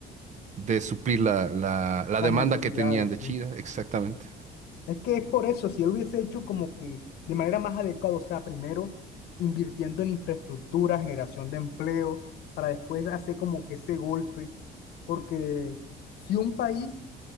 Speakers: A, on the right (about 45°); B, on the left (about 75°).
A: de suplir la, la, la
B: Las
A: demanda
B: necesidades,
A: que tenían de
B: sí.
A: China, exactamente,
B: Es que es por eso, si él hubiese hecho como que de manera más adecuada, o sea, primero invirtiendo en infraestructura, generación de empleo, para después hacer como que ese golpe. Porque si un país